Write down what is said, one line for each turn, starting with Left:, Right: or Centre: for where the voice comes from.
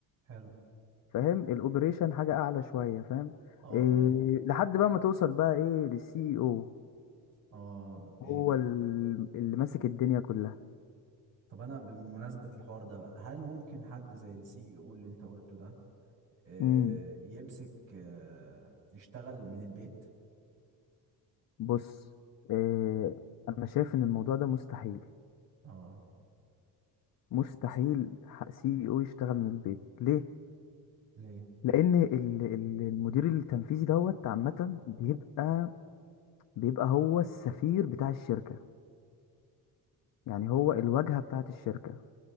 Right: حلو
Left: فاهم؟ الoperation حاجة أعلى شوية فاهم؟
Right: اه
Left: آآ،
Right: اه
Left: لحد بقى ما توصل بقى إيه للCEO
Right: اه إيه.
Left: هو ال اللي ماسك الدنيا كلّها.
Right: طب انا بمناسبه الحوار ده بقى هل ممكن حد زي السي او اللي انت قلته ده آآ
Left: إمم.
Right: يمسك آآ يشتغل من البيت.
Left: بُص، آآ أنا شايف إن الموضوع ده مستحيل،
Right: آه.
Left: مستحيل
Right: أصل
Left: ح CEO يشتغل من البيت، ليه؟
Right: ليه؟
Left: لإن ال ال المدير التنفيذي دوّة عامةً بيبقى بيبقى هو السفير بتاع الشركة، يعني هو الواجهة بتاعة الشركة،